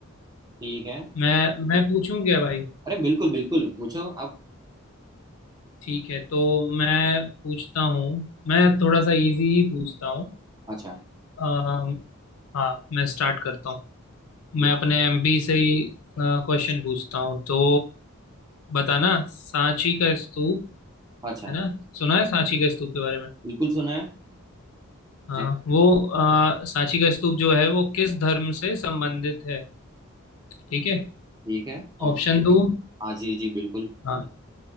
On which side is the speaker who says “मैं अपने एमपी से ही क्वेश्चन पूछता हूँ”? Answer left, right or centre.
Left